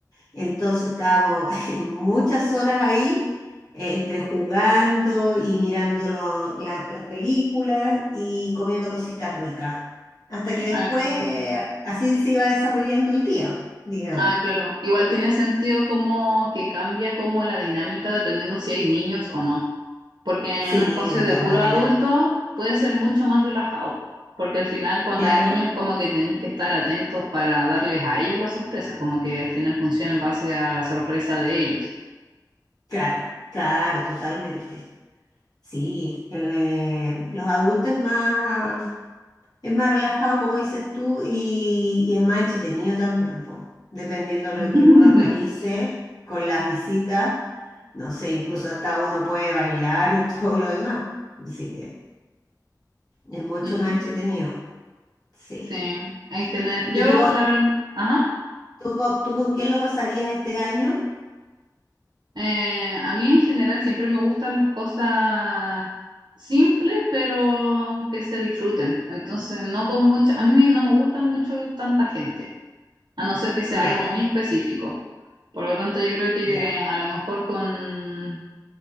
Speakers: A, on the left; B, on the right.
A: Entonces estábamos <laughs> muchas horas ahí, eh, entre jugando y mirando lo- la- las películas y comiendo cositas ricas. Hasta que
B: Ah,
A: después eh, así se iba desarrollando el día, digamos.
B: Ah, claro. Igual tiene sentido como que cambia como la dinámica dependiendo si hay niños o no. Porque en
A: Sí,
B: un espacio
A: de
B: de
A: todas
B: puro
A: maneras.
B: adulto puede ser mucho más relajado. Porque al final cuando
A: Claro,
B: hay niños como que tenéis que estar atentos para darles a ellos la sorpresa. Como que al final funciona en base a la sorpresa de ellos.
A: claro, claro, totalmente. Sí, eh, los adultos es más, Es más relajado, como dices tú, y, y es más entretenido también, pues, dependiendo de
B: <laughs>
A: lo que uno organice con las visitas, no sé, incluso hasta uno puede bailar y <laughs> todo lo demás. Así que es mucho
B: Mm,
A: más entretenido, sí.
B: Sí, en general. Yo
A: ¿Y tú, con-
B: la verdad... Ajá.
A: tú, con- tú con quién lo pasarías este año?
B: Eh, a mí en general siempre me gustan las cosas simples, pero que se disfruten. Entonces, no con mucha, a mí no me gustan mucho tanta gente, a no ser que sea
A: Ya,
B: algo muy específico. Por lo tanto, yo creo que
A: ya,
B: a lo mejor con